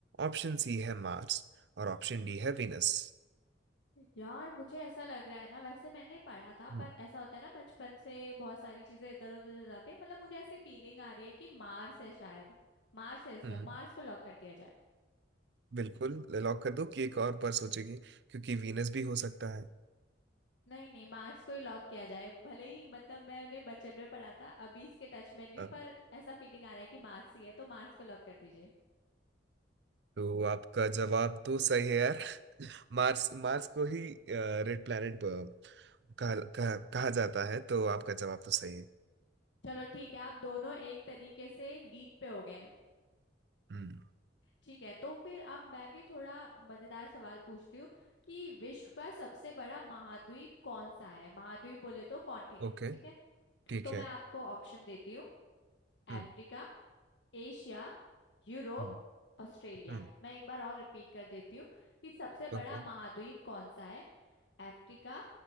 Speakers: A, on the right; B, on the left.
A: ऑप्शन सी है मार्स और ऑप्शन डी है वीनस
B: यार मुझे ऐसा लग रहा है ना वैसे मैंने पढ़ा था पर
A: हम्म
B: ऐसा होता है ना बचपन से बहुत सारी चीजें इधर उधर हो जाती है मतलब मुझे ऐसी फीलिंग आ रही है कि मार्स है शायद मार्स है इसका
A: हम्म,
B: मार्स को लॉक कर दिया जाए
A: बिल्कुल लॉक कर दो कि एक और पर सोचेगी क्योंकि वीनस भी हो सकता है
B: नहीं नहीं मार्स को ही लॉक किया जाए भले ही मतलब मैंने बचपन में पढ़ा था अभी इसके टच में नहीं
A: अ,
B: हूँ पर ऐसा फीलिंग आ रहा है कि मार्स ही है तो मार्स को लॉक कर दीजिए
A: तो आपका जवाब तो सही है यार <laughs> मार्स मार्स को ही रेड प्लैनेट कहा, कहा, कहा जाता है तो आपका जवाब तो सही है
B: चलो ठीक है आप दोनों एक तरीके से लीड पे हो गए हैं
A: हम्म
B: ठीक है तो फिर अब मैं भी थोड़ा मजेदार सवाल पूछती हूँ कि विश्व का सबसे बड़ा महाद्वीप कौन सा है महाद्वीप बोले तो कॉन्टिनेंट
A: ओके
B: ठीक है
A: ठीक
B: तो मैं
A: है
B: आपको ऑप्शन देती हूँ
A: हम्म
B: Africa Asia Europe
A: हम्म
B: Australia
A: हम्म
B: मैं एक बार और रिपीट कर देती हूँ कि सबसे बड़ा
A: ओके हम्म
B: महाद्वीप
A: okay,
B: कौन सा है Africa